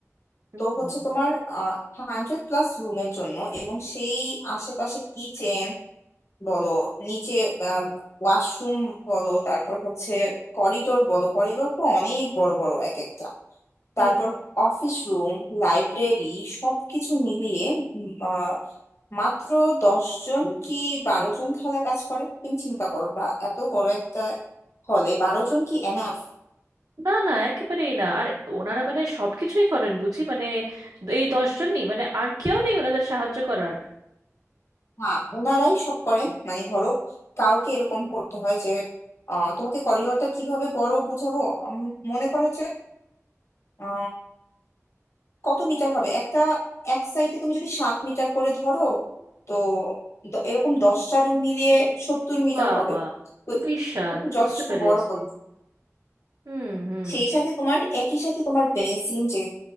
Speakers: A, on the right; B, on the left.
A: হুম
B: তো হচ্ছে তোমার হান্ড্রেড প্লাস রুমের জন্য এবং সেই আশেপাশে কিচেন বলো নিচে ওয়াশরুম বলো তারপর হচ্ছে করিডোর বলো করিডোর তো অনেক বড় বড় এক একটা তারপর
A: হুম
B: অফিস রুম লাইব্রেরি সবকিছু মিলিয়ে উম, আহ, মাত্র দশ জন কি বারো জন খালা কাজ করে তুমি চিন্তা করো বা এত বড় একটা হলে বারো জন কি এনাফ
A: না না একেবারেই না আর ওনারা মানে সবকিছুই করেন বুঝি মানে এই দশজনই মানে আর কেউ নেই ওনাদের সাহায্য করার
B: হ্যাঁ ওনারাই সব করেন মানে ধরো কাউকে এরকম করতে হয় যে আহ, তোমাকে করিডোরটা কিভাবে বড় বুঝাবো উম, মনে করো যে কত মিটার হবে একটা এক সাইডে তুমি যদি সাত মিটার করে ধরো তো দ- এরকম দশটা রুম মিলিয়ে সত্তর মিটার
A: বাবা
B: হবে তো
A: তো
B: এটা
A: বিশাল
B: তো
A: বুঝতে
B: যথেষ্ট
A: পেরেছি
B: বড় কলেজ
A: হুম হুম
B: সেই সাথে তোমার একই সাথে তোমার বেসিন যে